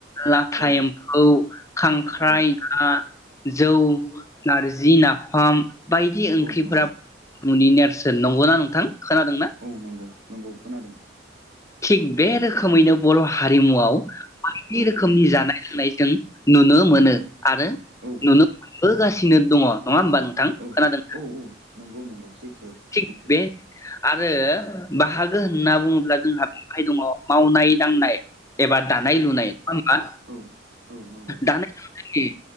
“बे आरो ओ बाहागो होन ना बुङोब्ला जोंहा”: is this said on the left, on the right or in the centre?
Left